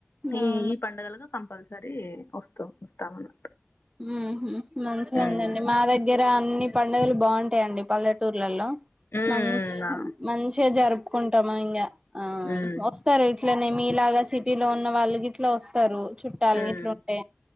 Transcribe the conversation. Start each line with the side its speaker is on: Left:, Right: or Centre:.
Left: ఈ
Right: అవును
Left: ఈ పండుగలుగా కం కంపల్సరీ వస్తాం వస్తామన్న
Right: ఉహుమ్ మంచిగా
Left: ఉమ్
Right: ఉందండి మా దగ్గర ఇడ అన్ని పండుగలు బాగుంటాయిండి పల్లెటూర్లలో
Left: ఉమ్ ఉమ్
Right: మంచి
Left: ఆ,
Right: మంచిగా జరుపు ఒప్పుకుంటామ ఇంకా ఆ
Left: ఉమ్,
Right: వస్తార ఇట్లనే మీలాగా సిటీ లో ఉన్న వాళ్ళకి ఇట్లా వస్తారు చుట్టాలని
Left: ఉమ్.
Right: ఇట్లుంటే